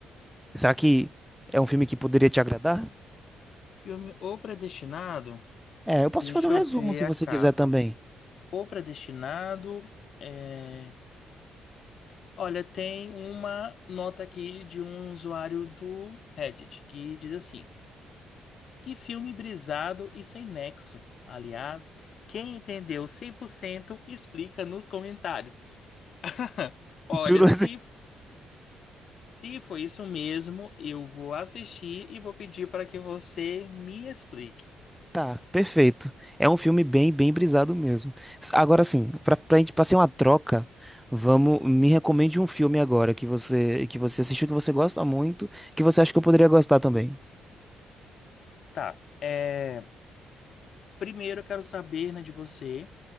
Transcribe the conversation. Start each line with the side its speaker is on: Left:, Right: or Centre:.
Centre: Será que é um filme que poderia te agradar?
Left: filme O Predestinado,
Centre: É, eu posso
Left: deixa
Centre: te fazer um
Left: eu
Centre: resumo
Left: ver
Centre: se
Left: a
Centre: você
Left: capa.
Centre: quiser também.
Left: O Predestinado é. Olha, tem uma nota aqui de um usuário do Reddit que diz assim: Que filme brisado e sem nexo. Aliás, quem entendeu 100% explica nos comentários. <laughs> Olha,
Centre: <laughs> Piru-
Left: se, se foi isso mesmo, eu vou assistir e vou pedir para que você me explique.
Centre: Tá, perfeito. É um filme bem, bem brisado mesmo. Agora sim, pra, pra gente passar uma troca, vamos, me recomende um filme agora que você que você assistiu, que você gosta muito, que você acha que eu poderia gostar também.
Left: Tá. É, primeiro eu quero saber, né, de você.